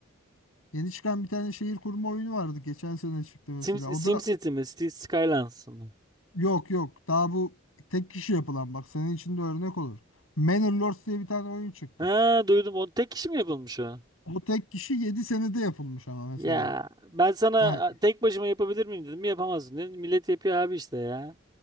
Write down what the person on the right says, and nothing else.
Sim, SimCity
mi? City Skylines mı?
Ha duydum. O tek kişi mi yapılmış o?
Ya ben sana
a, tek başıma yapabilir miyim dedim. Yapamazsın dedim. Millet yapıyor abi işte ya.